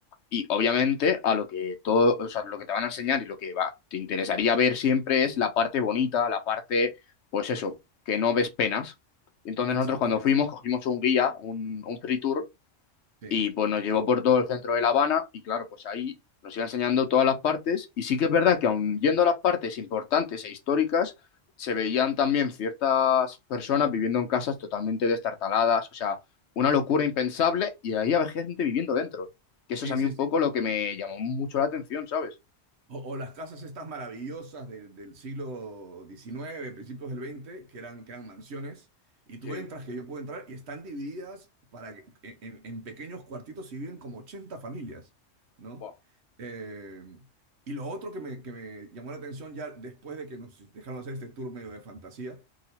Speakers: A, on the left; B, on the right.
A: Y obviamente a lo que todo, o sea, lo que te van a enseñar y lo que va, te interesaría ver siempre es la parte bonita, la parte, pues eso, que no ves penas. Entonces nosotros
B: Exactamente.
A: cuando fuimos cogimos un guía, un, un free tour,
B: Sí,
A: y pues nos llevó por todo el centro de La Habana y claro, pues ahí nos iba enseñando todas las partes y sí que es verdad que aun yendo a las partes importantes e históricas, se veían también ciertas personas
B: claro.
A: viviendo en casas totalmente destartaladas, o sea, una locura impensable y ahí había gente viviendo dentro. Que eso
B: Sí,
A: es a mí
B: sí,
A: un
B: sí.
A: poco lo que me llamó mucho la atención, ¿sabes?
B: O, o las casas estas maravillosas del, del siglo diecinueve principios del veinte que eran, que eran mansiones, y tú
A: Sí,
B: entras, que yo puedo entrar, y están divididas para que- en, en pequeños cuartitos y viven como 80 familias, ¿no?
A: buah.
B: Eh, y lo otro que me, que me llamó la atención ya después de que nos dejaron hacer este tour medio de fantasía,